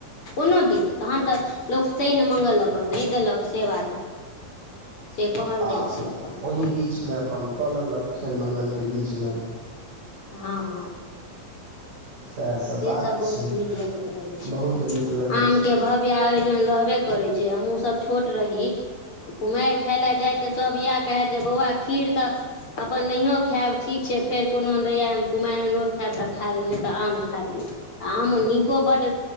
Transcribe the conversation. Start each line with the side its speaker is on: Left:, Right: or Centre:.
Left: कोनो दिन तहन तऽ लोक शनि मङ्गल अपन नै देलक से बात से कहल
Right: आ
Left: जाइ छै अपन
Right: ओही बीचमे अपन कऽ लेलक शनि मंगलके बीचमे
Left: हां हां
Right: सएह सब
Left: सेसब
Right: बात
Left: बहुत
Right: छै
Left: नीक लगैत रहैत छै।
Right: बहुत नीक लगै
Left: आम
Right: छै
Left: के भव्य आयो हुं रहबे करय छै। हमहुूँ सब छोट रही कुमारि खाय लए जाय तऽ सब इहा कहथि जे बौआ खीर तऽ अपन नहिओ खायब ठीक छै। फेर कोनो दैया एहन कुमारि मे नोत खायब तऽ खा लेब नहि तऽ आम खा लिअ आ आम नीको बड्ड